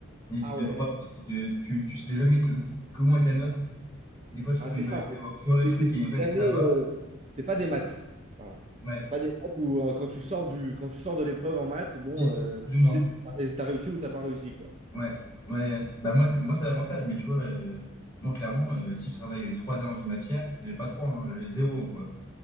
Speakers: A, on the left; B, on the right.
A: de l'étude
B: ah
A: de
B: ouais,
A: droit, je crois, c'est que tu, tu sais jamais que- comment est ta note. Des fois, tu
B: ah,
A: peux
B: c'est
A: imaginer
B: ça en fait.
A: avoir foiré
B: T'es-
A: le truc
B: t'es-
A: et
B: t'es
A: en fait,
B: jamais,
A: ça va.
B: euh, c'est pas des maths. Voilà.
A: Ouais,
B: C'est pas des maths où euh, quand tu sors du, quand tu sors de l'épreuve en maths, bon,
A: peut-être,
B: euh,
A: plus
B: tu
A: ou moins.
B: sais, t'as t'as réussi ou t'as pas réussi, quoi.
A: Ouais, ouais, ouais. Bah, moi, c'est, moi, c'est l'avantage, mais tu vois, euh, moi, clairement, euh, si je travaille euh, trois heures dans une matière, j'ai pas trois, hein, j'ai zéro, quoi.